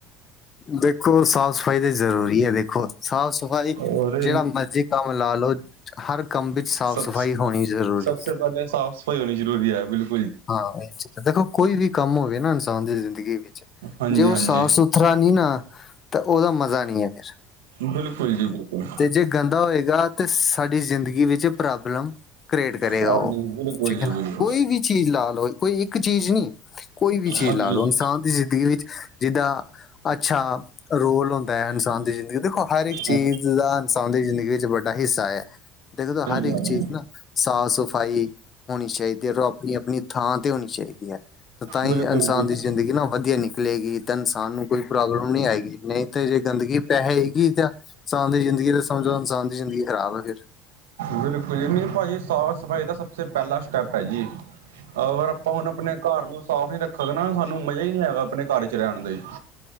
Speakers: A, on the left; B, on the right.
A: ਦੇਖੋ ਸਾਫ਼ ਸਫ਼ਾਈ ਤੇ ਜ਼ਰੂਰੀ ਐ, ਦੇਖੋ ਸਾਫ਼ ਸਫ਼ ਭਾਜੀ
B: ਔਰ
A: ਜਿਹੜਾ ਮਰਜ਼ੀ ਕੰਮ ਲਾ ਲਓ, ਹਰ ਕੰਮ ਵਿੱਚ
B: ਸਭ
A: ਸਾਫ਼ ਸਫ਼ਾਈ ਹੋਣੀ ਜ਼ਰੂਰੀ।
B: ਸਭ
A: ਹੈ
B: ਪਹਿਲੇ ਸਾਫ਼ ਸਫ਼ਾਈ ਹੋਣੀ ਜ਼ਰੂਰੀ ਐ, ਬਿਲਕ
A: ਹਾਂ, ਇਹ ਦੇਖੋ ਕੋਈ ਵੀ ਕੰਮ ਹੋਵੇ ਨਾ, ਇਨਸਾਨ ਦੀ ਜ਼ਿੰਦਗੀ ਵਿੱਚ
B: ਹਾਂਜੀ
A: ਜੇ ਉਹ
B: ਹਾਂਜੀ
A: ਸਾਫ ਸੁਥਰਾ ਨਹੀਂ ਨਾ, ਤਾਂ ਉਹਦਾ ਮਜ਼ਾ ਨਹੀਂ ਆ ਫੇਰ।
B: ਬਿਲਕੁਲ ਜੀ ਬਿਲਕੁਲ।
A: ਤੇ ਜੇ ਗੰਦਾ ਹੋਏਗਾ, ਤੇ ਸਾਡੀ ਜ਼ਿੰਦਗੀ ਵਿੱਚ ਪ੍ਰੋਬਲਮ ਕਰੇਟ ਕਰੇਗਾ
B: ਹਾਂਜੀ
A: ਉਹ,
B: ਬਿਲਕੁਲ
A: ਠੀਕ
B: ਜੀ
A: ਹੈ
B: ਬਿਲਕੁਲ
A: ਨਾ, ਕੋਈ ਵੀ ਚੀਜ਼ ਲਾ ਲਓ, ਕੋਈ ਇੱਕ ਚੀਜ਼ ਨੀ, ਕੋਈ ਵੀ ਚੀਜ਼
B: ਹਾਂਜੀ
A: ਲਾ ਲਓ, ਇਨਸਾਨ ਦੀ ਜ਼ਿੰਦਗੀ ਵਿੱਚ ਜਿੱਦਾਂ ਅੱਛਾ ਰੋਲ ਹੁੰਦਾ ਇਨਸਾਨ ਦੀ ਜ਼ਿੰਦਗੀ, ਦੇਖੋ ਹਰ ਇੱਕ
B: ਹਾਂਜੀ
A: ਚੀਜ਼ ਦਾ ਇਨਸਾਨ ਦੀ ਜ਼ਿੰਦਗੀ ਵਿੱਚ ਵੱਡਾ ਹਿੱਸਾ ਐ, ਦੇਖ ਹਰ ਇੱਕ
B: ਹਾਂਜੀ
A: ਚੀਜ਼ ਨਾ ਸਾਫ਼ ਸਫ਼ਾਈ ਹੋਣੀ ਚਾਹੀਦੀ ਐ, ਔਰ ਆਪਣੀ -ਆਪਣੀ ਥਾਂ ਤੇ ਹੋਣੀ ਚਾਹੀਦੀ ਐ। ਤੇ ਤਾਂਹੀ
B: ਬਿਲਕੁਲ
A: ਇਨਸਾਨ
B: ਜੀ
A: ਦੀ ਜ਼ਿੰਦਗੀ ਨਾ ਵਧੀਆ ਨਿਕਲੇਗੀ, ਤਾਂ ਇਨਸਾਨ ਨੂੰ ਕੋਈ ਪ੍ਰੋਬਲਮ ਨਹੀ ਆਏਗੀ, ਨਹੀਂ ਤਾਂ ਜੇ ਗੰਦਗੀ ਪੇਹੇਗੀ ਤਾਂ- ਇਨਸਾਨ ਦੀ ਜ਼ਿੰਦਗੀ ਤੇ ਸਮਝੋ, ਇਨਸਾਨ ਦੀ ਜ਼ਿੰਦਗੀ ਖ਼ਰਾਬ ਐ ਫਿਰ।
B: ਬਿਲਕੁਲ ਜੀ, ਨਹੀਂ ਭਾਜੀ ਸਾਫ਼ ਸਫ਼ਾਈ ਦਾ ਸਭ ਸੇ ਪਹਿਲਾ ਸਟੈਪ ਐ ਜੀ, ਅਗਰ ਤਾਂ ਹੁਣ ਆਪਣੇ ਘਰ ਨੂੰ ਸਾਫ਼ ਨੀ ਰੱਖੋਗੇ ਨਾ, ਸਾਨੂੰ ਮਜ਼ਾ ਹੀ ਨਹੀਂ ਆਏਗਾ, ਆਪਣੇ ਘਰ ਚ ਰਹਿਣ ਦੀ।